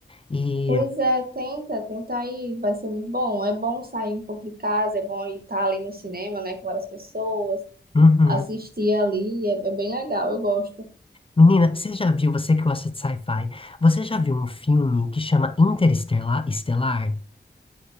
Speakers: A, on the left; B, on the right.
A: E,
B: Pois é, tenta, tenta aí, vai ser muito bom. É bom sair um pouco de casa, é bom estar ali no cinema, né, com várias pessoas,
A: uhum.
B: assistir ali, é, é bem legal, eu gosto.
A: Menina, você já viu, você que gosta de sci-fi, você já viu um filme que chama Interestelar? Estelar?